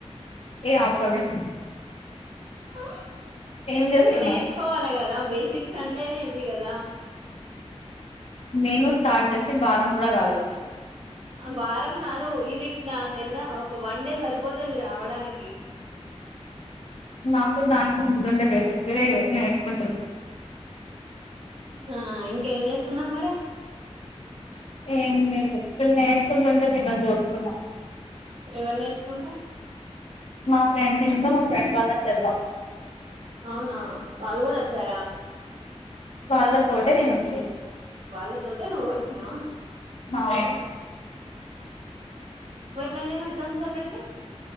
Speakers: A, on the left; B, on the right.
A: ఏ ఆపవే
B: ఆ
A: ఏం చేస్తున్నావ్
B: ఇది నేర్చుకోవాలే కదా బేసిక్స్ అంటే ఇవి కదా
A: నేను స్టార్ట్ జేసి వారం గూడా కాలేదు
B: వారం కాదు ఇది నా తెల్ల ఒక వన్ డే సరిపోతది ఇది రావడానికి
A: నాకు దానికి ముందుండే బేసిక్సె నేర్చుకుంటున్న
B: ఆ ఇంకేం చేస్తున్నారు మరి
A: ఏం లేదు వీళ్ళు నేర్చుకుంటు ఉంటే వీళ్ళని చూస్తుకున్నా
B: ఎవరు నేర్చుకుంటే
A: మా ఫ్రెండ్ ఇంట్లో మా ఫ్రెండ్ వల్ల చెల్లా
B: అవునా వాళ్ళు కూడా వచ్చారా
A: వాళ్ళ తోటే నేను వచ్చిన
B: వాళ్ళ తోటే నువ్వు వచ్చినావా
A: హా
B: లేగానా ఇక్క నుంచి అక్కడికి